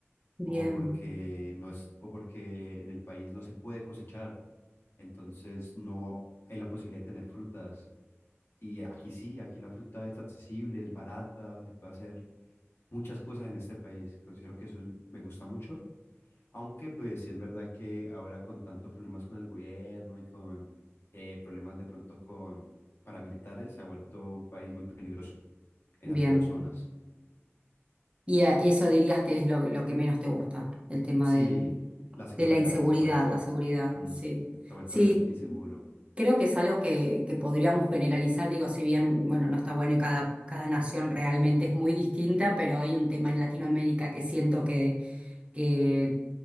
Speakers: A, on the right; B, on the left.
A: bien,
B: o porque no es, o porque en el país no se puede cosechar. Entonces no hay la posibilidad de tener frutas. Y aquí sí, aquí la fruta está accesible, es barata, se puede hacer muchas cosas en este país. Considero que eso es- me gusta mucho, aunque pues sí es verdad que ahora con tanto problemas con el gobierno y con eh, problemas de pronto con paramilitares, se ha vuelto un país muy peligroso en
A: bien.
B: algunas zonas.
A: Y a eso dirías que es lo, lo que menos te gusta, el tema
B: Sí,
A: del,
B: la seguridad
A: de la inseguridad,
B: se ha vuelto,
A: la seguridad,
B: mm,
A: sí.
B: se ha vuelto
A: Sí,
B: bastante inseguro.
A: creo que es algo que, que podríamos generalizar, digo, si bien, bueno, no está bueno y cada, cada nación realmente es muy distinta, pero hay un tema en Latinoamérica que siento que... que